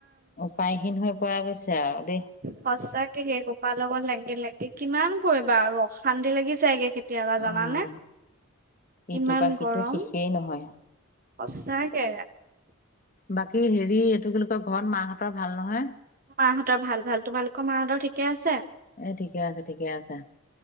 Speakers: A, on the left; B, on the right.
A: উপায়হীন হৈ পৰা গৈছে আৰু দেই
B: সঁচা ঠে গোপাল লগৰ লাগিল লাগে কিমান কৰিবা আৰু অশান্তি লাগি যায়গে কেতিয়াবা জানানে
A: উম ইটোৰ
B: ইমান
A: পৰা সিটো
B: গৰম
A: শেষেই নহয়
B: সচাকে
A: বাকী হেৰি এইটো কি কয় ঘৰত মাহঁতৰ ভাল নহয়
B: মাহঁতৰ ভাল ভাল তোমালোকৰ মাহঁতৰ ঠিকে আছে
A: এ ঠিকে আছে ঠিকে আছে